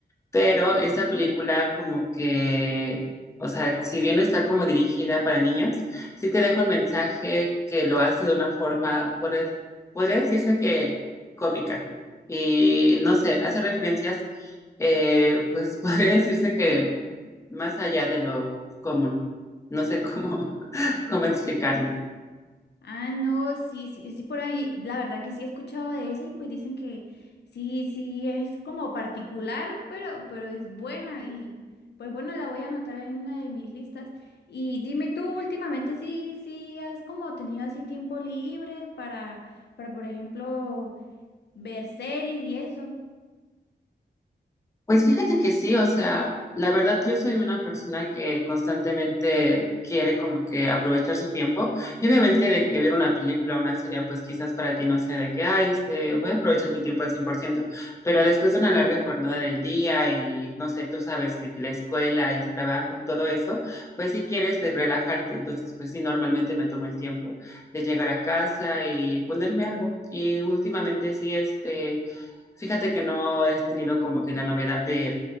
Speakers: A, on the left; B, on the left.
A: Pero esta película como que, o sea, si bien no está como dirigida para niños, sí te deja un mensaje que lo hace de una forma, podría, podría decirse que cómica. Y no sé, hace referencias, eh, pues <laughs> podría decirse que más allá de lo común. No sé cómo, <laughs> cómo explicarlo.
B: Ah, no, sí, sí, sí, por ahí, la verdad que sí he escuchado de esa y pues dicen que sí, sí, es como particular, pero, pero es buena y pues bueno, la voy a anotar en una de mis listas. Y dime tú, últimamente sí, sí, has como tenido así tiempo libre para, para, por ejemplo, ver series y eso.
A: Pues fíjate que sí, o sea, la verdad yo soy una persona que constantemente quiere como que aprovechar su tiempo y obviamente de que ver una película o una serie pues quizás para ti no sea de que, ay, este, voy a aprovechar mi tiempo al 100%. pero después de una larga jornada del día y no sé, tú sabes de que la escuela y el trabajo, todo eso, pues si quieres de relajarte, entonces pues sí, normalmente me tomo el tiempo de llegar a casa y ponerme algo y últimamente sí, este... Fíjate que no he tenido como que la novedad de